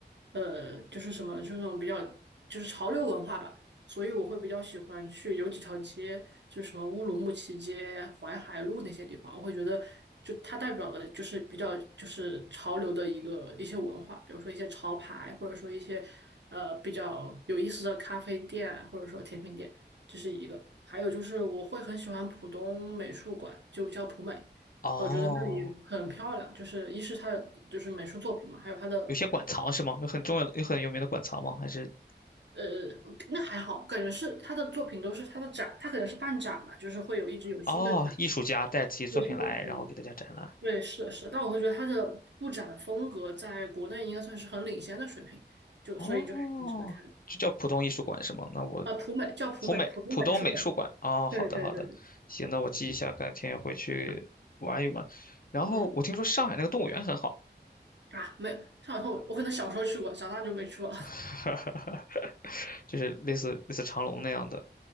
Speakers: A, on the right; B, on the left.
A: 呃，就是什么，就是那种比较就是潮流文化吧，所以我会比较喜欢去有几条街，就是什么乌鲁木齐街、淮海路那些地方，我会觉得就它代表了就是比较就是潮流的一个一些文化，比如说一些潮牌，或者说一些呃比较有意思的咖啡店，或者说甜品店，这是一个。还有就是我会很喜欢浦东美术馆，就叫浦美。
B: 哦，
A: 我觉得那里很漂亮，就是一是它的就是美术作品嘛，还有它的
B: 有些馆藏是吗？有很重要的、有很有名的馆藏吗？还是
A: 呃，那还好，感觉是他的作品都是他的展，他可能是办展嘛，就是会有一直有新的展，
B: 哦，艺术家带自己作品来，
A: 有新的展览。
B: 然后给大家展览？
A: 对，是的，是的，但我会觉得他的布展的风格在国内应该算是很领先的水平，就所以就还挺值得看的。
B: 哦，就叫浦东艺术馆是吗？那我
A: 啊，普美叫普美，
B: 浦美浦东美术馆。
A: 普美美术馆。
B: 哦，
A: 对对对对，
B: 好的好的，行，那我记一下，改天回去玩一玩。然后我听说上海那个动物园很好。
A: 嗯啊，没上头，我可能小时候去过，长大就没去过。
B: <laughs> 哈哈，就是类似类似长隆那样的。